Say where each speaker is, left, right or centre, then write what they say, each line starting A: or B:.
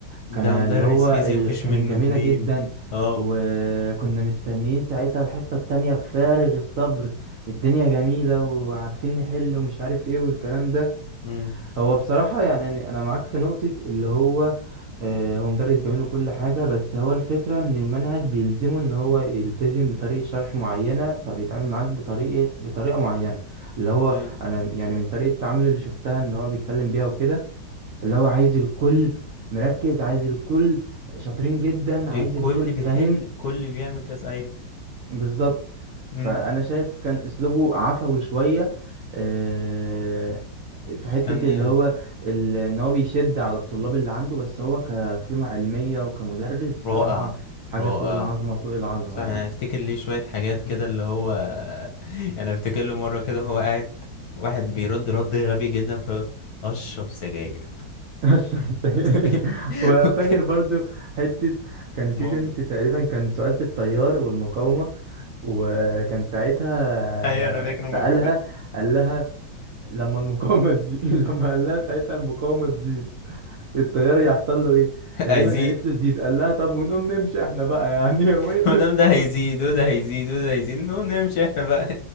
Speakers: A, on the left; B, on the right.
A: ده
B: كان اللي
A: مدرس
B: هو
A: فيزياء
B: ال...
A: مفيش
B: كانت
A: منه
B: جميلة
A: اتنين
B: جدا
A: اه
B: وكنا مستنيين ساعتها الحصة التانية بفارغ الصبر الدنيا جميلة وعارفين نحل ومش عارف ايه والكلام ده
A: امم
B: هو بصراحة يعني أنا أنا معاك في نقطة اللي هو آه هو مدرس جميل وكل حاجة بس هو الفكرة إن المنهج بيلزمه إن هو يلتزم بطريقة شرح معينة فبيتعامل معاك بطريقة بطريقة معينة اللي هو
A: ايوه
B: أنا يعني من طريقة تعامله اللي شفتها إن هو بيتكلم بيها وكده اللي هو عايز الكل مركز عايز الكل شاطرين جدا عايز
A: الكل
B: الكل
A: بيحل
B: فاهم
A: الكل بيعمل كذا ايوه
B: بالظبط فأنا
A: امم
B: شايف كان أسلوبه عفوي شوية آه، في حتة
A: فكان يعني
B: اللي هو ال- إن هو بيشد على الطلاب اللي عنده بس هو كقيمة علمية وكمدرس بصراحة
A: رائع
B: حاجة
A: رائع
B: فوق العظمة فوق العظمة
A: صح انا
B: يعني
A: افتكر ليه شوية حاجات كده اللي هو <laughs> يعني افتكر له مرة كده هو قاعد واحد بيرد رد غبي جدا ف اشرب سجاير
B: بس <laughs>
A: <laughs>
B: وفاكر برضو حتة كان في
A: موجود
B: بنت تقريبا كان سؤال في التيار والمقاومة وكان ساعتها
A: ايوه انا فاكر
B: سألها
A: الموقف ده
B: قال لها لما المقاومة دي <laughs> لما قال لها ساعتها المقاومة دي التيار يحصل له ايه
A: <laughs>
B: تقريبا
A: عايزين
B: قالت له تزيد قال لها طب ونقوم نمشي احنا بقى يعني <laughs> هو
A: <laughs>
B: ايه اللي
A: ما دام
B: المقاومة
A: ده هيزيد
B: دي؟
A: وده هيزيد وده هيزيد نو نمشي احنا بقى